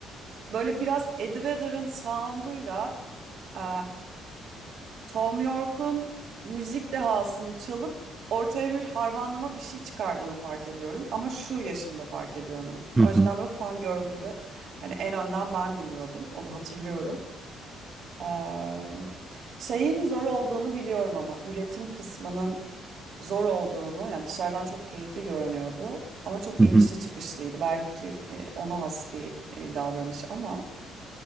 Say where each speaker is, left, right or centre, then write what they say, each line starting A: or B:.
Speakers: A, on the right; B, on the right.
A: Böyle biraz Ed Vedder'ın sound'uyla eee, Tom York'un müzik dehasını çalıp ortaya bir harmanlama bir şey çıkardığını fark ediyorum. Ama şu yaşımda fark ediyorum bunu.
B: Hı hı.
A: Önceden böyle fan girl gibi hani en önden ben dinliyordum. Onu hatırlıyorum. Eee, şeyin zor olduğunu biliyorum ama üretim kısmının zor olduğunu yani dışarıdan çok keyifli görünüyordu. Ama çok
B: Hı hı.
A: inişli çıkışlıydı. Belki e, ona has bir e, davranış ama.